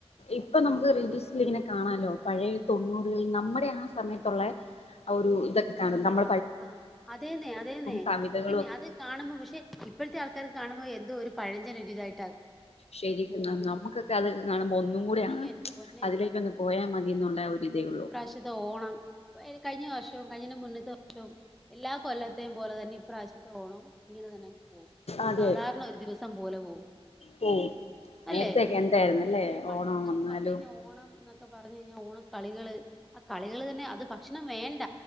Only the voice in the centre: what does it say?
ആ അതെന്നെ അതെന്നെ
പിന്നെ അത് കാണുമ്പോ പക്ഷെ ഇപ്പോഴത്തെ ആൾക്കാര ആൾക്കാർ കാണുമ്പോ എന്തോ ഒരു പഴഞ്ചൻ ഇതായി
അയ്യോ എന്റെ പൊന്നെ
ഇപ്രാവശ്യത്തെ ഓണം ഏനി കഴിഞ്ഞ വർഷവും കഴിഞ്ഞന്റെ മുന്നത്തെ വർഷവും എല്ലാ കൊല്ലത്തെയ പോലെ തന്നെ പ്രാവശ്യത്ത ഓണം ഇങ്ങനെ തന്നെ അങ പോവും
സാധാരണ ഒരു ദിവസം പോലെ പോവും
അല്ലെ
പണ്ടെന്നൊക്കെ
പറഞ്ഞു കഴിഞ്ഞാ ഓണം എന്നൊ ക്കെ പറഞ്ഞു കഴിഞ്ഞാൽ ഓണക്കളികള് ആ കളികള് തന്നെ അത് ഭക്ഷണം വേണ്ട